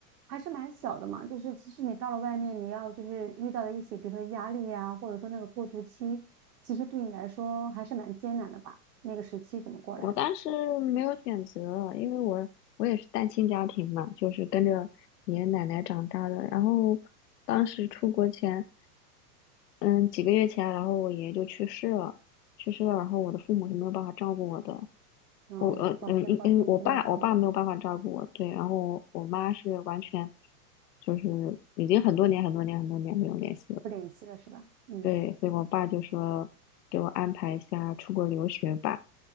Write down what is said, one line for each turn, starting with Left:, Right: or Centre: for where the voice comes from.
Right: 还是蛮小的嘛。就是其实你到了外面，你要就是遇到的一些，比如说压力呀、或者说那个过渡期，其实对你来说还是蛮艰难的吧？那个时期怎么过来的？
Left: 我当时没有选择，因为我我也是单亲家庭嘛，就是跟着爷爷奶奶长大的。然后当时出国前。嗯，几个月前，然后我爷爷就去世了，去世了，然后我的父母是没有办法照顾我的，
Right: 嗯，
Left: 我呃嗯因因为我爸我爸没有办法照顾我，
Right: 抱歉，抱歉，听到这里。
Left: 对，然后我妈是完全就是已经很多年很多年很多年没有联系了，
Right: 不联系了是吧？嗯
Left: 对，所以我爸就说给我安排一下出国留学吧，